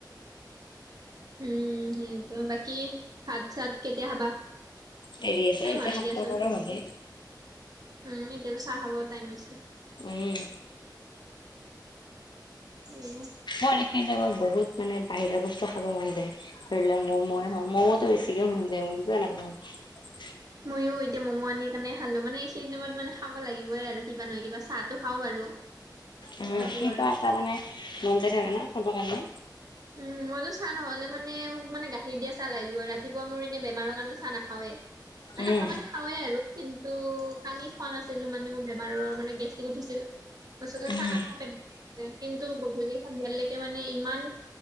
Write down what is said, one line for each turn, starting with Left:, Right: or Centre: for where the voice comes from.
Right: উম, সেইটো বাকী ভাত চাত কেতিয়া খাবা?
Left: দেৰি আছে
Right: টাইম
Left: এতিয়া
Right: হোৱা নাই
Left: সাতটা
Right: দিয়াচোন।
Left: বাৰ হলেই।
Right: উম, এতিয়াতো চাহ খাব টাইম হৈছে।
Left: উম,
Right: এয়ে।
Left: অ, এইখিনি টাইমত বহুত মানে বাহিৰা বস্তু খাব মন যায়। ধৰি লোৱা ম' ময়ে হওঁ মউটো বেছিকে মন যায় কিয় এনেকা কৰা হল
Right: মইয়ো এতিয়া ম'ম' আনি সেইকাৰণে খালো, মানে এইখিনি টাইমত মানে খাব লাগিবই আৰু কিবা নহয় কিবা চাহতো খাওঁ আৰু। তথাপিও
Left: উম' কিবা এটা মানে মন যায় থাকে ন, খাবৰ কাৰণে।
Right: উম, মইতো চাহ নহ'লে মানে মোক মানে গাখীৰ দিয়া চাহ লাগিবই ৰাতিপুৱা মোৰ এনে বেমাৰৰ কাৰণে চাহ নাখাৱেই। মান
Left: উম।
Right: নাখাওঁ মানে খাওঁৱে আৰু কিন্তু কালি খোৱা নাছিলো মানে মোৰ বেমাৰত ত' মানে গেষ্ট্ৰিক উঠিছিল তাৰপিছতে
Left: উম
Right: চানা নাখাওঁ পেট ইয়াত কিন্তু গধূলি, সন্ধিয়ালৈকে মানে ইমান